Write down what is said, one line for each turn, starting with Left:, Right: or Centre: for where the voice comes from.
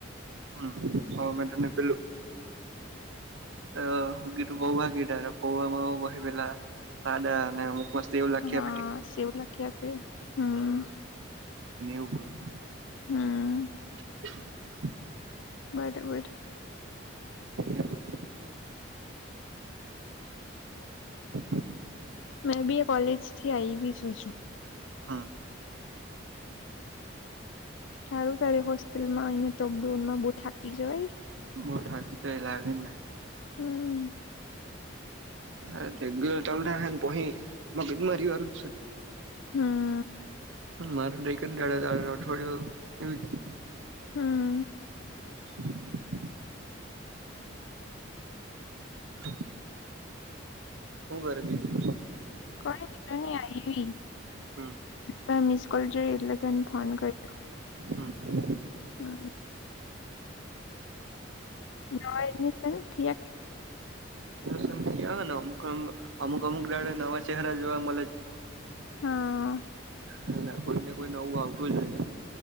Right: <unintelligible> હમ્મ. હવે મે તને પેલું અહ હું કીધું પૌવા કીધા, તો પૌવામાં <unintelligible> સાદા અને અમુક માં સેવ લાખી
Left: હા સેવ લખી આપે હમ
Right: <inaudible> <unintelligible>
Left: હમ્મ.
Right: <inaudible>
Left: બરબર.
Right: એવુ હે. <inaudible>
Left: મેં બી આ કોલેજ થી આઈવી જ હજું.
Right: હા.
Left: સારું તારી હોસ્ટેલમાં અહીંયા <unintelligible> બહુ થાકી જવાય.
Right: બહું થાક તો લાગે જ ને.
Left: હમ્મ.
Right: હા રેગ્યુલર તમને હેણ પહી મગજમારી વાળું છે.
Left: હમમ.
Right: મારે તો એકજ દાડે આવેલું અઠવાડિયું એવી રીતે
Left: હમમ.
Right: હમમ. હ, હું કરે બીજું?
Left: કોલેજ જઇને આયવી.
Right: હમમ.
Left: પણ મિસ કોલ જો એટલે તન ફોન કર્યો.
Right: હમ.
Left: સારુ. નવા એડમિશન થીયા કે?
Right: હ થયા ને અમુક આમ અમુક અમુક દાડે નવા ચહેરા જોવા મલે.
Left: હઅ.
Right: એટલે કોઈ ને કોઈ નવું આવતું જ રે છે.